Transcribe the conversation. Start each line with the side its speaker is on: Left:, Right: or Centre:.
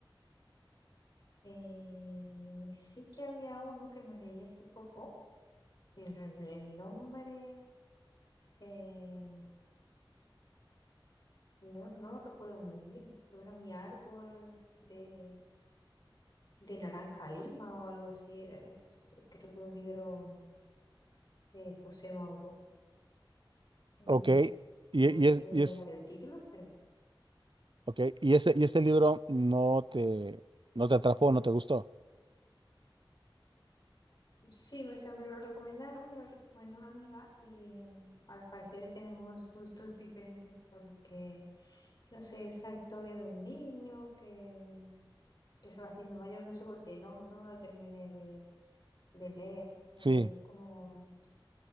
Left: Eh, sí que había uno que me leí hace poco, pero el, el nombre eh, no, no lo recuerdo muy bien. Creo que era Mi árbol de, de naranja lima o algo así. Era, es- creo que un libro de José Mauro. Mm,
Right: Ok.
Left: No, es-
Right: Y,
Left: no
Right: y
Left: estoy
Right: es,
Left: muy
Right: y
Left: segura
Right: es,
Left: del título, pero
Right: ok. Y ese, y este libro no te, no te atrapó, no te gustó.
Left: sí, o sea, me lo recomendaron, me lo recomendó una amiga y em, al parecer tenemos gustos diferentes porque, no sé, es la historia de un niño que, em, que se va haciendo mayor, no sé por qué, no, no me lo terminé de, de leer, me
Right: Sí,
Left: leí como